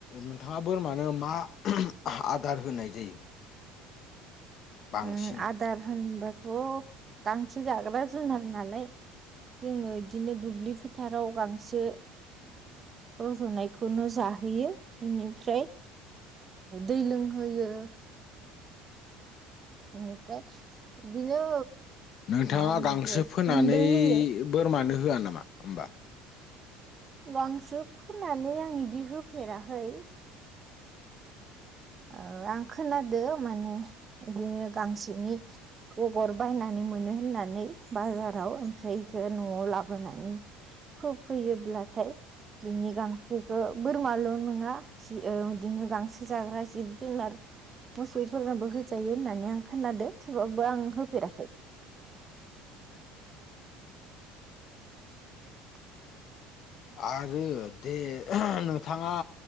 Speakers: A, on the left; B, on the right.
A: नोंथाङा बोरमानो मा आदार होनाय जायो। बांसिन
B: उम आदार होनबाथ' गांसो जाग्रा जुनार नालाय जोङो बिदिनो दुब्लि फोथाराव गांसो रज'नायखौनो जाहोयो बेनिफ्राय दै लोंहोयो बेनिफ्राय बिदिनो
A: नोंथाङा
B: मा होनो
A: गांसो
B: इखो
A: फोनानै
B: गुन्दै होयो
A: बोरमानो होआ नामा होमबा
B: गांसो फोननानै आं बिदि होफेराखै ओ आं खोनादों माने बिदिनो गांसोनि गगर बायनानै मोनो होननानै बाजाराव ओमफ्रायथो न'आव लाबोनानै हो फैयोब्लाथाय बिनि गांसोखौ बोरमाल' नङा ओ बिदिनो गांसो जाग्रा जिब जुनार मोसौफोरनाबो होजायो होननानै आं खोनादो थेवाबबो आं होफेराखै। <inaudible>
A: आरो दे नोंथाङा